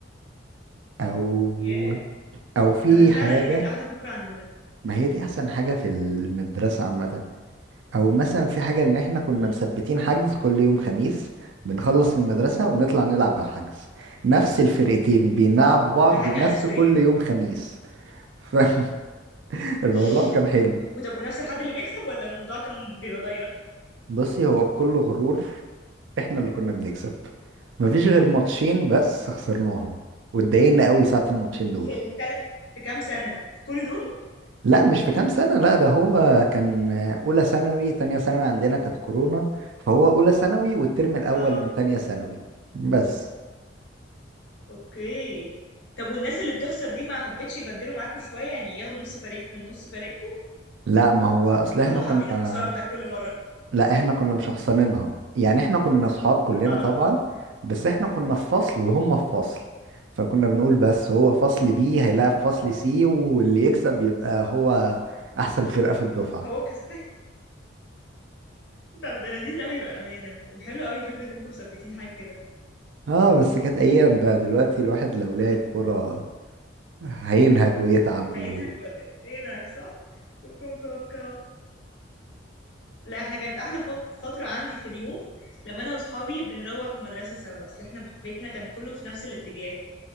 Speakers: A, on the right; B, on the left.
A: او
B: ياه
A: او في
B: انا فعلا
A: حاجة
B: دي كانت احلى فكرة عندنا
A: ما هي دي احسن حاجة في المدرسة عامة او مثلا في حاجة ان احنا كنا
B: امم
A: مثبتين حجز كل يوم خميس بنخلص المدرسة ونطلع نلعب على الحجز نفس الفرقتين بيلعبوا بعض
B: ده حاجة
A: نفس
B: اساسية
A: كل يوم خميس <laughs> فالموضوع
B: <laughs>
A: كان حلو
B: وطب ونفس الحد اللي بيكسب ولا الموضوع كان بيتغير
A: بصي هو بكل غرور احنا اللي كنا بنكسب مفيش غير ماتشين بس خسرناهم واتضايقنا قوي ساعة الماتشين دول
B: في الثلاث في كام سنة في كل دول
A: لا مش في كام سنة لا ده هو كان أولى ثانوي تانية ثانوي عندنا كانت كورونا فهو أولى ثانوي والترم الأول
B: اه
A: من تانية ثانوي بس
B: اوكي طب والناس اللي بتخسر دي ما حبتش يبدلوا معاكوا شوية يعني ياخدوا نص فريق من نص فريقكم
A: لا ما هو اصل احنا
B: ولا هم
A: كنا
B: حابين الخساره بتاعت كل مره
A: لا احنا كنا مشخصنينها يعني احنا كنا اصحاب كلنا
B: اه
A: طبعا بس احنا كنا في فصل وهم في فصل فكنا بنقول بس هو فصل بي هيلاعب فصل سي واللي يكسب يبقى هو احسن فرقة في الدفعة
B: هو الكسبان <laughs> طب ده لذيذ قوي بامانه وحلو قوي فكره ان انتوا مثبتين حاجه كده
A: اه بس كانت ايام بقى دلوقتي الواحد لو لعب كرة هينهج ويتعب
B: هينهك
A: و...
B: ولا ايه هينهك صح كنت متوقع لا احنا كانت احلى فت- فتره عندي في اليوم لما انا واصحابي بنروح من المدرسه سوا اصل احنا بيتنا كان كله في نفس الاتجاه